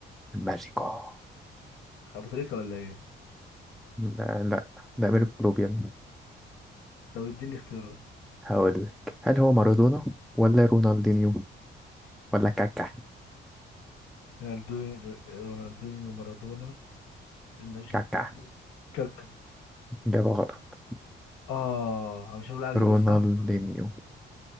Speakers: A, in the centre; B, on the left.
A: الماجيكو
B: ابو تريكة ولا ايه
A: لا لا ده أمير كلوب يا ابني
B: طب اديني اختيارات
A: هقول لك هل هو مارادونا ولا رونالدينيو ولا كاكا
B: رونالدو رونالدينيو مارادونا الماجيكو
A: كاكا
B: كاكا
A: إجابة غلط
B: اه انا مش هقول اجيب
A: رونالدينيو
B: الصح